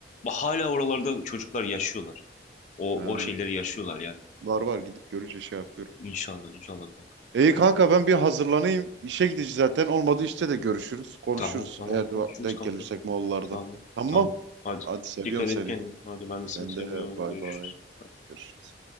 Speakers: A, on the left; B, on the right.
A: Bak hala oralarda çocuklar yaşıyorlar. O
B: Ee,
A: o şeyleri yaşıyorlar yani.
B: var var gidip görünce şey yapıyorum.
A: İnşallah inşallah kanka.
B: İyi kanka ben bir hazırlanayım. İşe gideceğiz zaten. Olmadı işte de görüşürüz, konuşuruz.
A: Tamam tamam
B: Eğer
A: konuşuruz
B: de denk
A: kanka.
B: gelirsek Moğollarda.
A: Tamam
B: Tamam.
A: tamam. Hadi
B: Hadi seviyorum
A: dikkat
B: seni.
A: et kendine. Hadi ben de
B: Sen
A: seni seviyorum.
B: de bay
A: Görüşürüz.
B: bay. Görüşürüz.